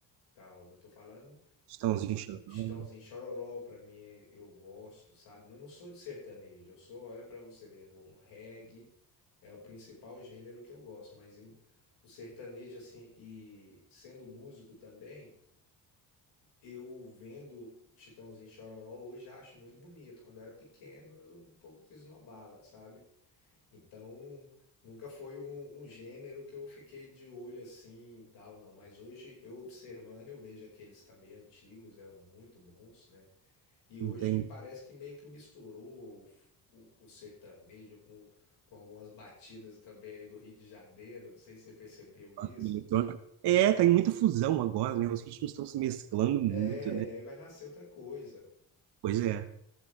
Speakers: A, on the left (about 85°); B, on the right (about 70°).
A: tal, não tô falando
B: Estãozinho Chorão,
A: Chitãozinho Chororó, pra mim eu gosto, sabe? Não, não sou de sertanejo, eu sou, olha pra você ver, um reggae é o principal gênero que eu gosto, mas em- o sertanejo assim, e sendo músico também, eu vendo Chitãozinho e Chororó hoje acho muito bonito. Quando eu era pequeno, eu um pouco que esnobava, sabe? Então, nunca foi um, um gênero que eu fiquei de olho assim e tal, não. Mas hoje, eu observando, eu vejo aqueles também antigos, eram muito bons, né? E
B: não
A: hoje parece que meio que misturou o, f- o- o sertanejo com, com algumas batidas também aí do Rio de Janeiro. Não sei se você percebeu isso.
B: do eletrônico. É, tá em muita fusão agora, né? Os ritmos estão se mesclando muito,
A: É,
B: né?
A: e aí vai nascer outra coisa.
B: Pois é.